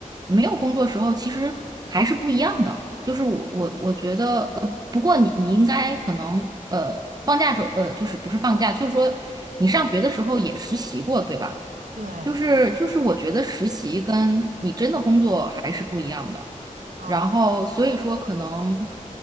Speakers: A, on the right; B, on the right.
A: 没有工作时候其实还是不一样的。就是我我我觉得，
B: 嗯，
A: 呃，不过你你应该可能，呃，放假时候，呃，就是不是放假，就是说你上学的时候也实习过，对吧？
B: 对
A: 就是就是，我觉得实习跟你真的工作还是不一样的。
B: 啊，
A: 然后所以说可能，